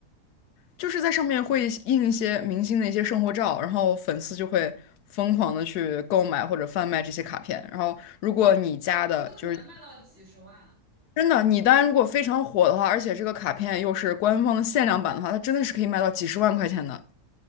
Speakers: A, on the left; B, on the right.
A: 就是在上面会印一些明星的一些生活照，然后粉丝就会疯狂的去购买或者贩卖这些卡片。然后，如果你家的就是
B: 怎么可能卖到几十万啊
A: 真的，你单如果非常火的话，而且这个卡片又是官方的限量版的话，它真的是可以卖到几十万块钱的。